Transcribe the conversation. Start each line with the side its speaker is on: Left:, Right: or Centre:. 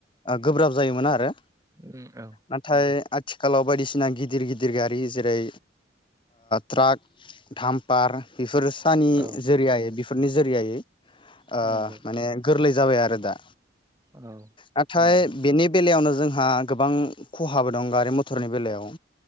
Left: गोब्राब जायोमोना आरो
Right: उम औ
Left: नाथाय
Right: नंगौ
Left: आथिखालाव बायदिसिना गिदिर गिदिर गारि जेरै ट्राक दामपार बेफोर तानि
Right: औ
Left: जेरियाय बेफ फोरनि जोरियायै ओ
Right: नंगौ
Left: माने गोरलै जाबाय आरो दा
Right: औ
Left: नाथाय
Right: नंगौ
Left: बेनि बेलायावनो जोंहा गोबां खहाबो दं गारि मथरनि बेलायाव